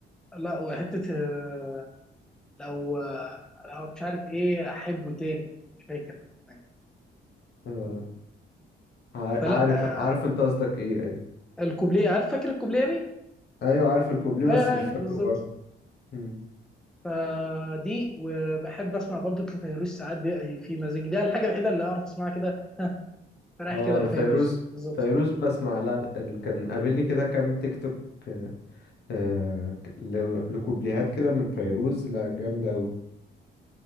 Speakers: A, in the centre; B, on the left.
A: لا وحته آه، لو لو مش عارف ايه احبه تاني مش فاكر الاغنيه
B: آه عار-
A: فلا
B: عارف
A: آه،
B: عارف أنت قصدك إيه أيوة
A: الكوبليه عارف فاكر الكوبليه يعني
B: أيوة عارف الكوبليه
A: ايوه
B: بس
A: ايوه
B: مش فاكره
A: بالظبط
B: برضه مم.
A: فدي وبحب اسمع برضو لفيروز ساعات بي- في مزاج ده الحاجه الوحيده اللي اعرف اسمعها كده ها رايح
B: آه
A: كده
B: أنا
A: لفيروز
B: فيروز
A: بالظبط
B: فيروز بسمع لا لا، ال- كان قابلني كده كام تيك توك آه ل... لكوبليهات كده من فيروز لا جامدة أوي